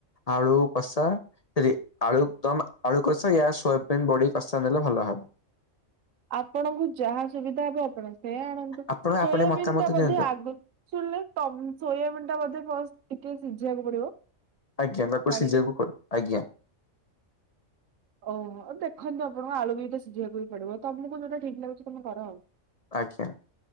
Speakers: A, on the left; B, on the right.
A: ଆଳୁ। କଷା ସରି ଆଳୁ ଦମ ଆଳୁ କଷା ୟା ସୋୟାବିନ୍ ବଢି କଷା ନେଲେ ଭଲ ହବ।
B: ଆପଣଙ୍କୁ ଯାହା ସୁବିଧା ହବ ଆପଣ। ସେୟା ଆଣନ୍ତୁ
A: ଆପଣ
B: ସୋୟାବିନ୍
A: ଆପଣ ମତାମତ
B: ଟା ବୋଧେ
A: ଦିଅନ୍ତୁ
B: ଆଗ ଶୁଣିଲେ ତ ସୋୟାବିନ୍ ଟା ବୋଧେ। ବାସ ଟିକେ ସିଝିବାକୁ ପଡିବ।
A: ଆଜ୍ଞା ମେରେକୋ
B: ପାଣିରେ।
A: ସିଝେଇବାକୁ ପଡ଼ ଆଜ୍ଞା।
B: ଓହୋ ଆଉ ଦେଖନ୍ତୁ ଆପଣଙ୍କ ଆଳୁ ବି ତ ସିଝିବାକୁ ବି ପଡିବ ତମକୁ ଯୋଉଟା ଠିକ ଲାଗୁଛି ତମେ କର ଆଉ।
A: ଆଜ୍ଞା